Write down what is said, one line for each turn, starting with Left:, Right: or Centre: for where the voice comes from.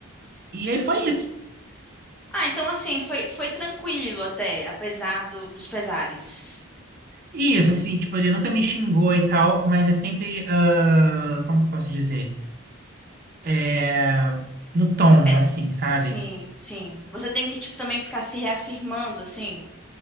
Right: E aí foi isso.
Centre: Ah, então assim, foi, foi tranquilo até, apesar do- dos pesares.
Right: E Isso, assim, tipo, ele nunca me xingou e tal, mas é sempre, ah, como que eu posso dizer? É, no tom,
Centre: É,
Right: assim, sabe?
Centre: sim, sim. Você tem que, tipo, também ficar se reafirmando, assim.